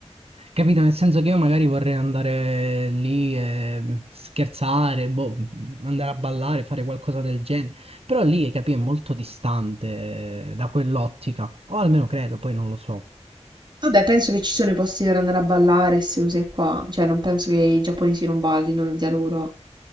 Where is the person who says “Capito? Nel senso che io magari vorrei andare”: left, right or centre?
Right